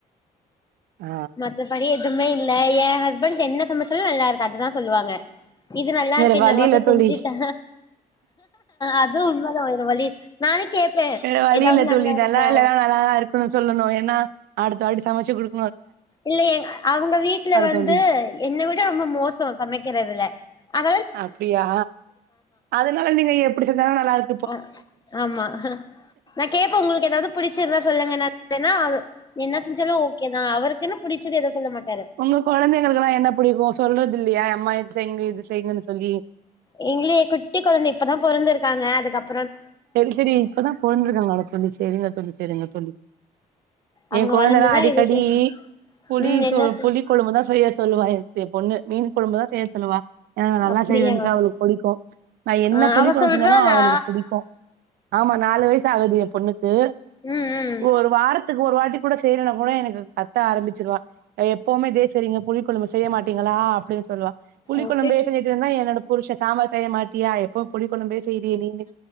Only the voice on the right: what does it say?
ஆ
வேற
வழி
இல்ல தோழி
வேற வழி
இல்ல தோழி
இல்லனா நல்லாதா இருக்குன்னு சொல்லணு ஏன்னா அடுத்த வாட்டி சமைச்சி குடு
தோழி
அப்டியா அதுனால நீங்க எப்டி செஞ்சாலும் நல்லா இரு
உங்க கொழந்தைங்களுக்கு எல்லாம் என்ன புடிக்கும் சொல்றது இல்லையா அம்மா இது செய்யுங்க இது செய்யுங்கன்னு சொல்லி
செரி செரி இப்பதான் பொறந்திருக்காங்களா தோழி செரிங்க தோழி செரிங்க தோழி
என் கொழந்தைலாம்
அடிக்கடி
புளிசோறு
புளிக்கொழ்பு தான் செய்ய சொல்லுவா என் என் பொண்ணு மீன் கொழம்பு தான் செய்ய சொல்லுவா ஏன்னா நான் நல்லா
செய்வேன்னுச்சா அவளுக்கு புடிக்கும் நான் என்ன
புளி
குழம்பு
சொஞ்சாலும் அவளுக்கு புடிக்கும் ஆமா நாலு வயசு ஆகுது என் பொண்ணுக் கு
ஒரு வாரத்துக்கு ஒரு வாட்டி கூட செய்றேனா கூட எனக்கு கத்த ஆரம்பிச்சிருவா எப்பவுமே இதயே செய்றிங்க புளி கொழம்பு செய்ய மாட்டீங்களா அப்டின்னு சொல்லுவா புளிக்கொழம்பையே
செஞ்சிட்டு இருந்தா என்னோடப் புதுசா சாம்பார் செய்ய மாட்டியா எப்பவு புளி கொழம்பே செய்றியே நீனு